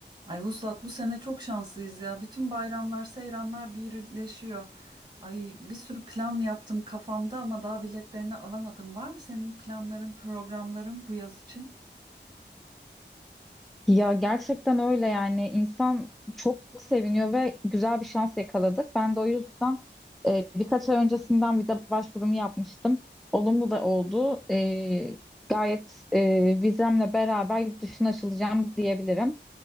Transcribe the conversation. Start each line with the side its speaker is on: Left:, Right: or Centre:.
Right: Ay Vuslat bu sene çok şanslıyız ya. Bütün bayramlar, seyranlar birleşiyor. Ay bir sürü plan yaptım kafamda ama daha biletlerini alamadım. Var mı senin planların, programların bu yaz için?
Centre: Ya gerçekten öyle yani insan çok seviniyor ve güzel bir şans yakaladık. Ben de o yüzden e, birkaç ay öncesinden vize başvurumu yapmıştım. Olumlu da oldu. E, gayet e, vizemle beraber yurt dışına açılacağım diyebilirim.